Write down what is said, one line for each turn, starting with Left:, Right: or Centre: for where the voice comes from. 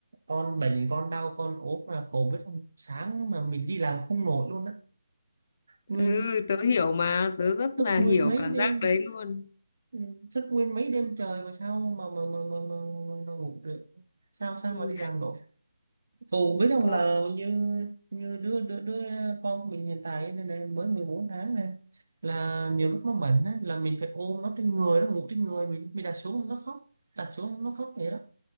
Right: con bệnh con đau con ốm mà cổ biết không sáng mà mình đi làm không nổi luôn á nguyên
Left: ừ, tớ hiểu mà, tớ rất
Right: thức
Left: là
Right: nguyên
Left: hiểu
Right: mấy
Left: cảm
Right: đêm
Left: giác đấy luôn.
Right: ừ, thức nguyên mấy đêm trời mà sao mà mà mà mà, mà, mà, mà ngủ được sao sao
Left: Ừ,
Right: mà đi làm nổi Phụ biết không
Left: thôi,
Right: là như như đứa đứa đứa con của mình hiện tại này, này mới 14 tháng này là nhiều lúc nó bệnh á, là mình phải ôm nó trên người nó ngủ trên người mình mình đặt xuống nó khóc đặt xuống nó khóc vậy đó